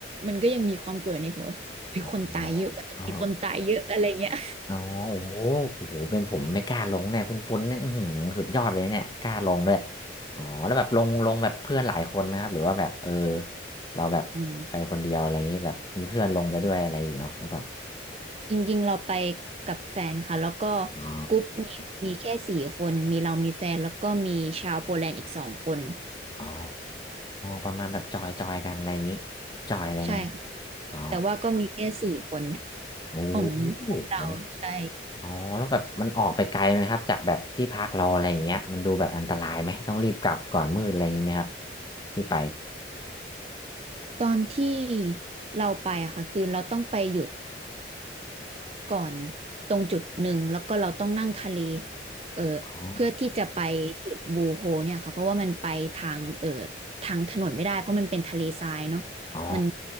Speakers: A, on the right; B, on the left.
A: มันก็ยังมีความกลัวอยู่ในหัวเฮ้ยคนตายเยอะว่ะตรงนี้คนตายเยอะอะไรเงี้ย
B: อ๋ออ๋ออ๋อโอ้โหโอ้โหเป็นผมไม่กล้าลงเนี่ยคุณปุ้นเนี่ยอื้อหือสุดยอดเลยเนี่ยกล้าลงด้วยอ๋อแล้วแบบลงลงแบบเพื่อนหลายคนไหมครับหรือว่าแบบเออเราแบบไปคนเดียวอะไรอย่างงี้แบบมีเพื่อนลงไปด้วยอะไรอยู่เนาะหรือเปล่า
A: อืม จริงๆ เราไปกับแฟนค่ะ แล้วก็
B: อ๋อ
A: กรุ๊ปนี้มีแค่สี่คน มีเรามีแฟนแล้วก็มีชาวโปแลนด์อีกสองคน
B: อ๋อประมาณแบบจอยจอยกันอะไรอย่างงี้จอยอะไรไหมครับ
A: ใช่ค่ะ
B: อ๋อ
A: แต่ว่าก็มีแค่สี่คน
B: โอ้
A: ของเราใช่
B: เนอะ อ๋อแล้วแบบมันออกไปไกลไหมครับจากแบบที่พักเราอะไรอย่างเงี้ยมันดูแบบอันตรายไหมต้องรีบกลับก่อนมืดอะไรอย่างงี้ไหมครับที่ไป
A: ตอนที่เราไปอะค่ะ คือเราต้องไปหยุด ก่อนตรงจุดหนึ่งแล้วก็เราต้องนั่งทะเลเออ
B: อ๋อ
A: เพื่อที่จะไปจุดบูโฮเนี่ยค่ะเพราะว่ามันไปทางเออทางถนนไม่ได้เพราะมันเป็นทะเลทรายเนาะ
B: อ๋อ
A: มัน